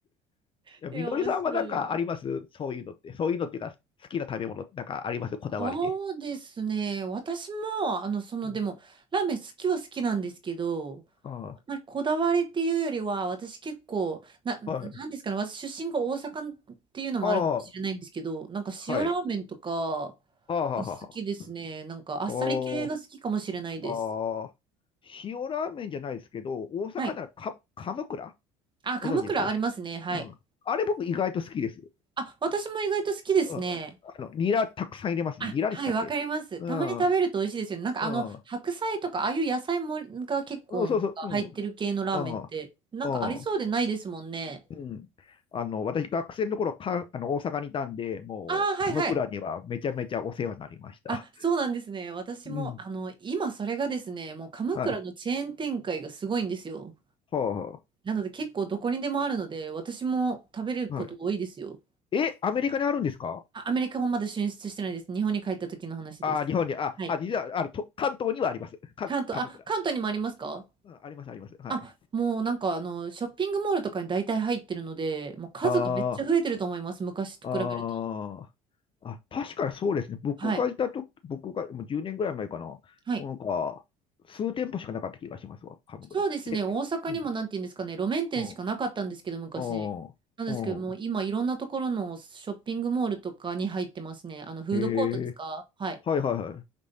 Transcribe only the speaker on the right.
<laughs>
え、
面白い。
そうですね。私も、あの、その、
でも、ラーメン好きは好きなんですけど、
まあ、こだわりっていうよりは、私結構、な、
なんですかね、
私出身が大阪っていうのもあるかもしれないんですけど、
なんか塩ラーメンとか
が好きですね。なんかあっさり系が好きかもしれないです。
はい。
あ、鎌倉ありますね。
はい。
あ、私も意外と好きですね。
あ、
はい、わかります。たまに食べると美味しいですよね。
なんかあの、白菜とか、ああいう野菜もが結構なんか入ってる系のラーメンって、
なんかありそうでないですもんね。
ああ、はいはい。
あ、そうなんですね。私も、
あの、今それがですね、もう鎌倉のチェーン展開がすごいんですよ。
なので結構どこにでもあるので、私も食べること多いですよ。
あ、アメリカもまだ進出してないです。日本に帰った時の話です。
はい。
関東、
あ、関東にもありますか
あ、もうなんかあの、ショッピングモールとかに大体入ってるので、もう数がめっちゃ増えてると思います。
昔と比べると。
はい。はい。
そうですね、
大阪にもなんて言うんですかね、
路面店しかなかったんですけど、
昔。
なんですけど、もう今、
いろんなところのショッピングモールとかに入ってますね。あの、フードコートですかはい。